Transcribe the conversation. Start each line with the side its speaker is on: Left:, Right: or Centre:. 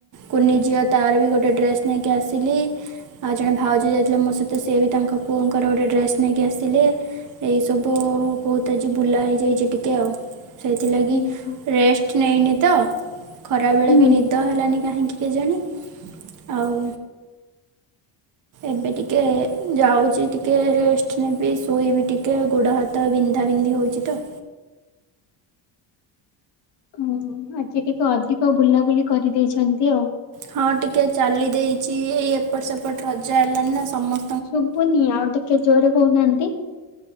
Right: କୁନି ଝିଅ ତାର ବି ଗୋଟେ ଡ୍ରେସ୍ ନେଇକି ଆସିଲି। ଆଉ ଜଣେ ଭାଉଜ ଯାଇଥିଲେ ମୋ ସହିତ ସିଏ ବି ତାଙ୍କ ପୁଅଙ୍କର ଗୋଟେ ଡ୍ରେସ୍ ନେଇକି ଆସିଲେ ଏଇ ସବୁ ହୁଁ ବହୁତ୍ ଆଜି ବୁଲା ହେଇଯାଇଛି ଟିକେ ଆଉ। ସେଇଥିଲାଗି
Left: ହୁଁ
Right: ରେଷ୍ଟ ନେଇନି ତ। ଖରାବେଳେ
Left: ହୁଁ
Right: ବି ନିଦ ହେଲାନି କାହିଁକି କେଜାଣି ଆଉ ଏବେ ଟିକେ ଯାଉଛି ଟିକେ ରେଷ୍ଟ ନେବି ଶୋଇବି ଟିକେ ଗୋଡ ହା ବିନ୍ଧା ବିନ୍ଧି ହଉଛି ତ।
Left: ହୁଁ ହୁଁ ଆଜି ଟିକେ ଅଧିକ ବୁଲାବୁଲି କରିଦେଇଛନ୍ତି ଆଉ।
Right: ହଁ ଟିକେ ଚାଲି ଦେଇଛି ଏଇ ଏପଟ ସେପଟ ରଜ ଆଇଲାଣିି ନା ସମ
Left: ଶୁଭୁନି ଆଉ ଟିକେ ଜୋରେ କହୁନାହାନ୍ତି।